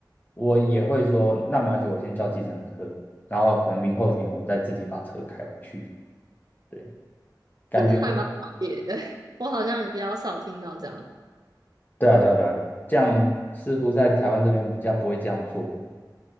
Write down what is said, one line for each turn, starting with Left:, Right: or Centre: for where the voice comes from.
Left: 我也会说，那没关系，我先叫计程车，然后可能明后天我再自己把车开回去。对，感觉，
Right: 那还蛮特别的，<laughs> 我好像也比较少听到这样。
Left: 对啊，对啊，对啊，这样似乎在台湾这边比较不会这样做。